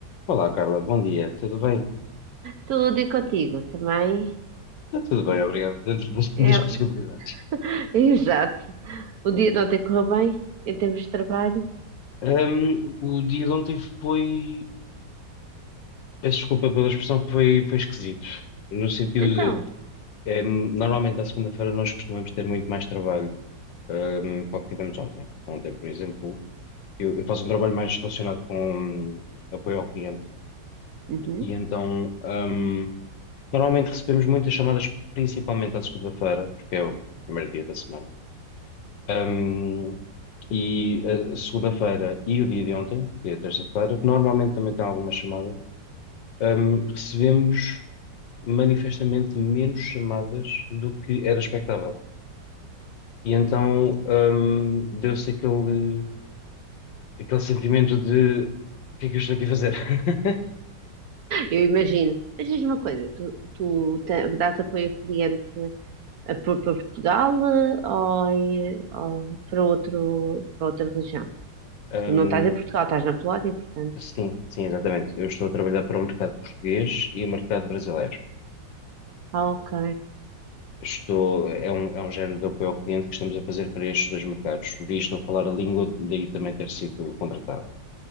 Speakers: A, on the left (about 80°); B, on the right (about 60°).
A: Olá, Carla, bom dia, tudo bem?
B: Tudo e contigo também.
A: Está tudo bem, obrigado, dentro das,
B: É,
A: <laughs> das possibilidades.
B: <laughs> exato. O dia de ontem correu bem, em termos de trabalho.
A: Ahm, o dia de ontem foi, peço desculpa pela expressão, foi, foi esquisito, no sentido
B: Então,
A: de, ahm, normalmente à segunda-feira nós costumamos ter muito mais trabalho, ahm, que o que tivemos ontem. Ontem, por exemplo, eu, eu faço um trabalho mais relacionado com hum, apoio ao cliente,
B: uhum,
A: e então, ahm, normalmente recebemos muitas chamadas, principalmente à segunda-feira, porque é o primeiro dia da semana. Um, e a a segunda-feira e o dia de ontem, que é a terça-feira, que normalmente também tem alguma chamada, um, recebemos manifestamente menos chamadas do que era expectável. E então, um, deu-se aquele, aquele sentimento de o que é que eu estou aqui a fazer? <laughs>
B: eu imagino. Mas diz uma coisa, tu, tu te- dás apoio ao cliente a por- para Portugal eh, ou, em- ou para outro, para outra região?
A: Um,
B: Tu não estás em Portugal, estás na Polónia, portanto.
A: sim, sim, exatamente. Eu estou a trabalhar para o mercado português e o mercado brasileiro.
B: Ah, ok.
A: Estou, é um, é um género de apoio ao cliente que estamos a fazer para estes dois mercados, visto eu falar a língua, daí também ter sido contratado.